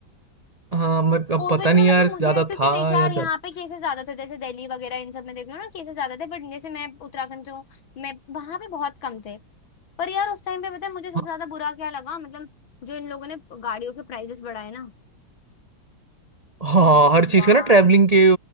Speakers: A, on the right; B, on the left.
A: हाँ मगर अब
B: कोविड
A: पता नहीं
B: में मतलब
A: यार
B: मुझे
A: ज्यादा
B: क्योंकि
A: था
B: देख यार
A: या ज्यादा
B: यहाँ पे केसेस ज्यादा थे जैसे दिल्ली वगैरह इन सब में देख लो ना केसेस ज्यादा थे बट जैसे मैं उत्तराखंड जो मैं वहां पे बहुत कम थे पर यार उस टाइम पे पता है मुझे सबसे
A: हाँ
B: ज्यादा बुरा क्या लगा मतलब जो इन लोगों ने गाड़ियों के प्राइसेस बढ़ाए ना
A: हाँ,
B: हे भगवान
A: हर चीज का ना ट्रैवलिंग के